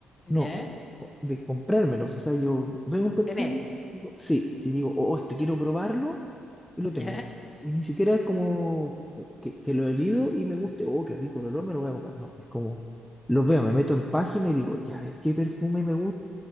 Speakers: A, on the left (about 25°); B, in the centre.
A: ¿Ya?
B: no, es co- de comprármelos. O sea, yo veo un perfume,
A: Tener.
B: digo, sí, y digo, oh, este quiero probarlo y lo
A: ¿Ya?
B: tengo. Y ni siquiera es como que, que lo he leído y me guste, oh, qué rico el olor, me lo voy a comprar. No, es como, los veo, me meto en página y digo, ya ves qué perfume me gusta,